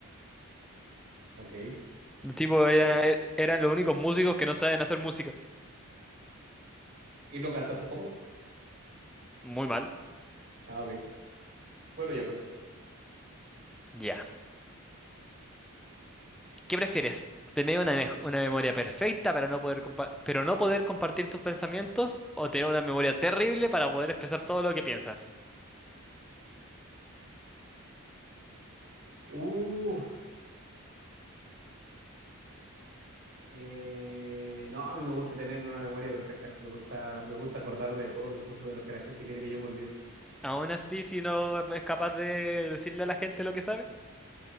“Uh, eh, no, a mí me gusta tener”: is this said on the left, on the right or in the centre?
Right